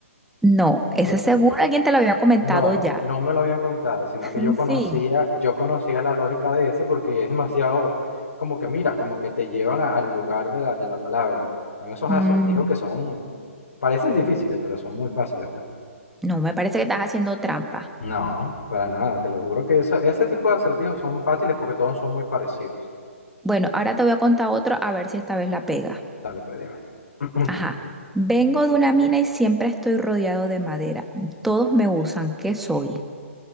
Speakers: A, in the centre; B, on the left.
A: No, ese
B: Eh,
A: seguro alguien te lo había comentado
B: No,
A: ya.
B: no me lo habían contado, sino
A: <laughs>
B: que yo conocía,
A: Sí.
B: yo conocía la lógica de ese porque es demasiado, como que mira, como que te llevan a- al lugar de la, de la palabra. Son esos acertijos
A: Mm,
B: que son, parecen difíciles, pero son muy fáciles. ¿no?
A: no, me parece que estás haciendo trampa.
B: No, para nada, te lo juro que eso, ese tipo de acertijos son fáciles porque todos son muy parecidos.
A: Bueno, ahora te voy a contar otro a ver si esta vez la pega.
B: Dale, pues dime. <clears throat>
A: Ajá. Vengo de una mina y siempre estoy rodeado de madera. Todos me usan. ¿Qué soy?